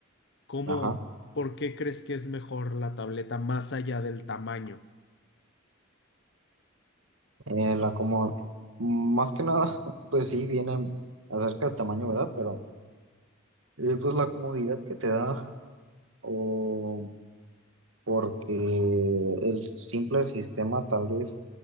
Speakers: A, on the left; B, on the right.
A: ¿Cómo,
B: ajá,
A: por qué crees que es mejor la tableta más allá del tamaño?
B: eh, la como, más que nada, <laughs> pues sí, viene acerca del tamaño, ¿verdad? Pero eh, pues la comodidad que te da, o porque el simple sistema tal vez